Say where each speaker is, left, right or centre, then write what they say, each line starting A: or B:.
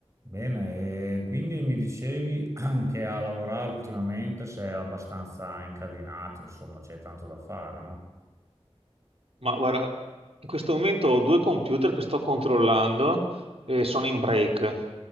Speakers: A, on the right; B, on the right.
A: Bene, e quindi mi dicevi <clears throat> che a lavorare ultimamente sei abbastanza incasinato, insomma, c'è tanto da fare, no?
B: Ma guarda, in questo momento ho due computer che sto controllando e sono in break.